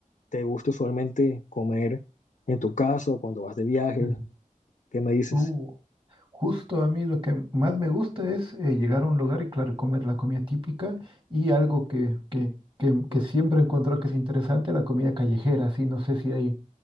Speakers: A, on the left; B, on the right.
A: ¿Te gusta usualmente comer en tu casa o cuando vas de viaje?
B: ujú.
A: ¿Qué me dices?
B: Uh, Justo a mí lo que más me gusta es eh, llegar a un lugar y, claro, comer la comida típica y algo que, que, que, que siempre he encontrado que es interesante, la comida callejera. sí, no sé si hay